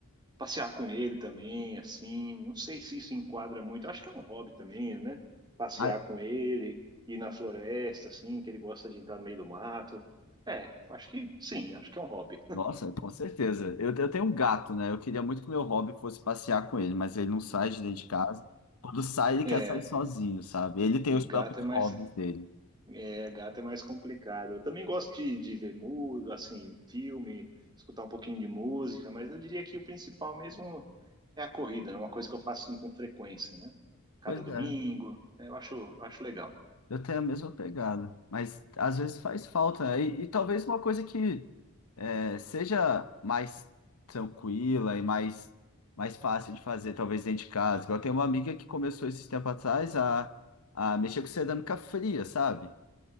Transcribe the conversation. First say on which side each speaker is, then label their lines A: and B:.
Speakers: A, on the right (about 20°); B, on the left (about 80°).
A: passear com ele também, assim. Não sei se isso enquadra muito. Acho que é um hobby também, né? Passear
B: Ah,
A: com ele, ir na floresta, assim, que ele gosta de entrar no meio do mato. É, acho que sim, acho que é um hobby. <laughs>
B: nossa, com certeza. Eu, eu tenho um gato, né? Eu queria muito que meu hobby fosse passear com ele, mas ele não sai de dentro de casa. Quando sai, ele
A: É,
B: quer sair sozinho, sabe? Ele tem
A: um
B: os
A: gato
B: próprios
A: é mais,
B: hobbies dele.
A: é, gato é mais complicado. Eu também gosto de, de ver música, assim, filme, escutar um pouquinho de música, mas eu diria que o principal mesmo é a corrida, é uma coisa que eu faço assim, com frequência, né? Cada
B: Pois
A: domingo,
B: é,
A: né? eu acho, acho legal.
B: eu tenho a mesma pegada, mas às vezes faz falta, né? E, e talvez uma coisa que é, seja mais tranquila e mais, mais fácil de fazer, talvez dentro de casa. Igual eu tenho uma amiga que começou esses tempo atrás a, a mexer com cerâmica fria, sabe?